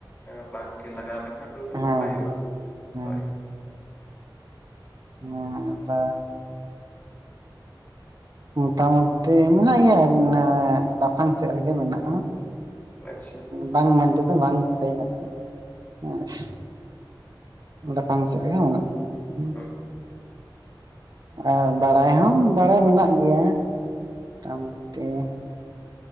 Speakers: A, on the left (about 20°); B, on the right (about 50°).
A: ᱮᱸ ᱵᱟᱝᱜᱮ ᱞᱟᱜᱟᱣ ᱞᱮᱠᱷᱟᱱᱼᱼ ᱠᱷᱟᱱ ᱫᱚ ᱱᱟᱯᱟᱭᱚᱜᱼᱟ,
B: ᱦᱮᱸ ᱦᱮᱸ
A: ᱦᱳᱭᱼᱼ
B: ᱦᱚᱸ ᱟᱫᱚᱼᱼ ᱢᱚᱴᱟᱢᱩᱴᱤ ᱢᱮᱱᱟᱜ ᱜᱮᱭᱟ <unintelligible> ᱞᱟᱯᱷᱟᱝ ᱥᱮᱫ ᱨᱮᱜᱮ ᱢᱮᱱᱟᱜᱼᱟ ᱾
A: ᱟᱪᱪᱷᱟ ᱾
B: ᱵᱟᱝ ᱢᱮᱱ ᱛᱮᱫᱚ ᱵᱟᱝ ᱞᱟᱹᱭ ᱜᱟᱱᱚᱜᱼᱟ, ᱦᱚᱸ <unintelligible> ᱞᱟᱯᱷᱟᱝ ᱥᱮᱫ ᱨᱮᱜᱮ ᱢᱮᱱᱟᱜᱼᱟ, ᱦᱩᱸᱼᱼ
A: ᱦᱩᱸ,
B: ᱟᱨ ᱵᱟᱲᱟᱭ ᱦᱚᱸ ᱵᱟᱲᱟᱭ ᱢᱮᱱᱟᱜ ᱜᱮᱭᱟ ᱢᱚᱴᱟᱢᱩᱴᱤ ᱾